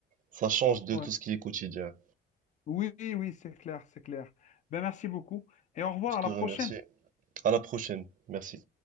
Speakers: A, on the right; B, on the left.
A: ça change de
B: Ouais.
A: tout ce qui est quotidien.
B: Oui, oui, c'est clair, c'est clair. Ben, merci beaucoup et au revoir,
A: Je te
B: à la
A: remercie.
B: prochaine.
A: À la prochaine. Merci.